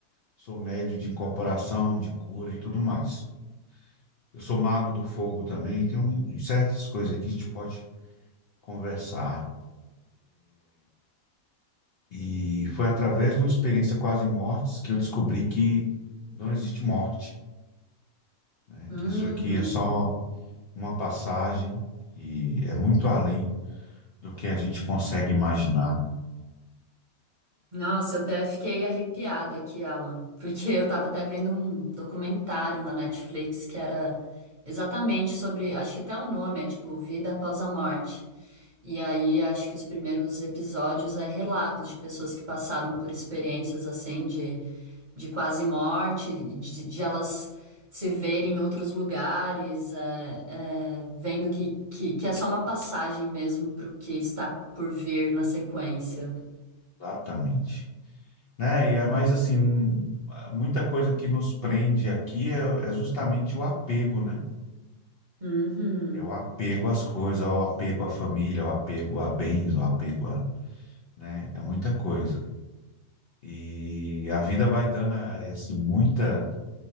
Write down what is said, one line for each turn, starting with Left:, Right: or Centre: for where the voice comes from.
Left: Sou médio de incorporação, de cura e tudo mais. Eu sou mago do fogo também, tem um, um certas coisas aqui que a gente pode conversar. E foi através de uma experiência quase mortes que eu descobri que não existe morte, né?
Right: Uhum.
Left: Que isso aqui é só uma passagem que é muito além do que a gente consegue imaginar.
Right: Nossa, eu até fiquei arrepiada aqui, Alan, porque eu tava até vendo um documentário na Netflix que era exatamente sobre, acho que até o nome é tipo Vida Após a Morte. E aí acho que os primeiros episódios é relatos de pessoas que passaram por experiências assim de, de quase morte, de, de elas se verem em outros lugares, é, é, vendo que, que, que é só uma passagem mesmo pro que está por vir na sequência.
Left: Exatamente. Né? E é mais assim, muita coisa que nos prende aqui é, é justamente o apego, né?
Right: Uhum.
Left: É o apego às coisas, o apego à família, o apego a bens, o apego a, né? É muita coisa. E a vida vai dando eh, assim, muita,